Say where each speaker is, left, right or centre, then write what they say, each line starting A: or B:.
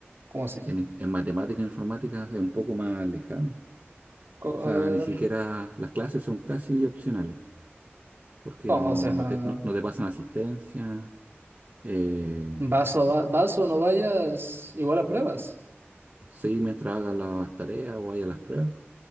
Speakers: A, on the right (about 60°); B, on the right (about 40°).
A: ¿Cómo así?
B: En, in- en matemática e informática es un poco más lejano.
A: Co-
B: O
A: a
B: sea,
A: ver,
B: ni siquiera las clases son casi opcionales, porque
A: no,
B: no,
A: o sea...
B: no te, no, no te pasan asistencia. eh,
A: Vas o, va- vas o no vayas, igual a pruebas.
B: sí, mientras hagas las tareas o haya las pruebas.